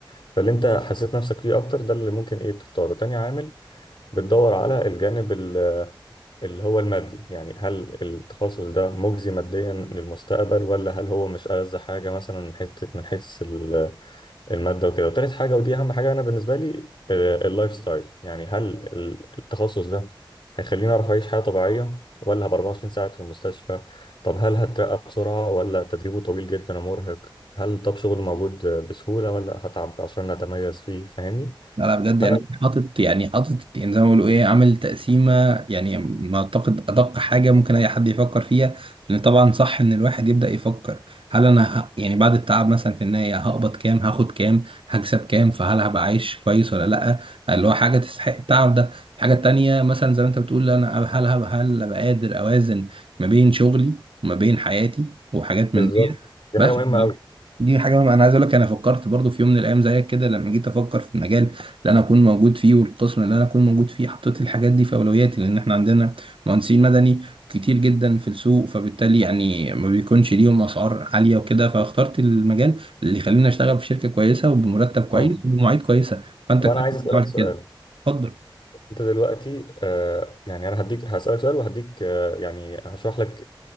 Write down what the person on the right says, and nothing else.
لا لا بجد
يعني حاطط يعني حاطط يعني زي ما بيقولوا ايه عامل تقسيمه يعني ما اعتقد ادق حاجه ممكن اي حد يفكر فيها لان طبعا صح ان الواحد يبدا يفكر هل انا ه... يعني بعد التعب مثلا في النهايه هقبض كام هاخد كام هكسب كام فهل هبقى عايش كويس ولا لا اللي هو حاجه تستحق التعب ده الحاجه التانيه مثلا زي ما انت بتقول انا هل هبقى هل ابقى قادر اوازن ما بين شغلي وما بين حياتي وحاجات
من دي
بس
دي حاجه انا عايز اقول لك انا فكرت برضو في يوم من الايام زيك كده لما جيت افكر في المجال اللي انا اكون موجود فيه والقسم اللي انا اكون موجود فيه حطيت الحاجات دي في اولوياتي لان احنا عندنا مهندسين مدني كتير جدا في السوق فبالتالي يعني ما بيكونش ليهم اسعار عاليه وكده فاخترت المجال اللي يخليني اشتغل في شركه كويسه وبمرتب كويس
وبمواعيد كويسه فانت
كويس
إنك
عملت
كده اتفضل